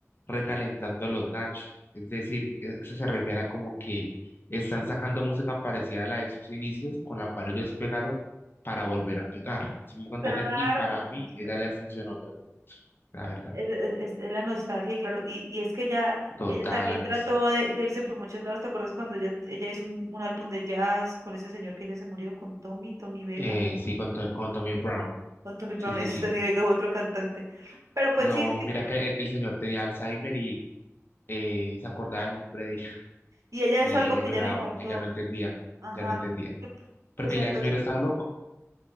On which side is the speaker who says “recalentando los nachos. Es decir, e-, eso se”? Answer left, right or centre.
Left